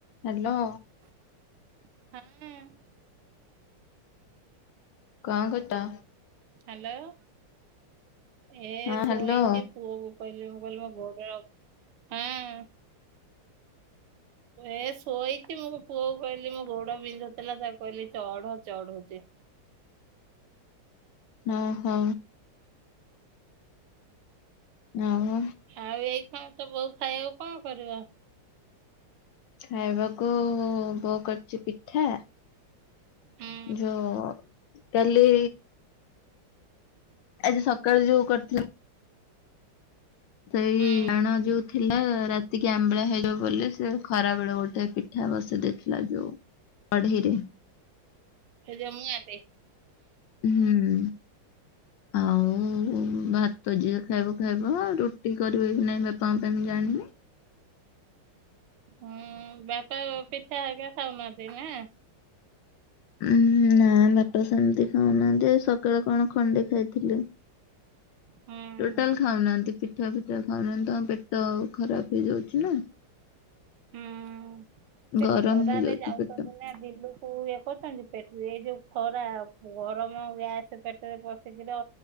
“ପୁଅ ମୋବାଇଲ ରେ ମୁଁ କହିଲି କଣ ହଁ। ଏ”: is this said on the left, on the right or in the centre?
Right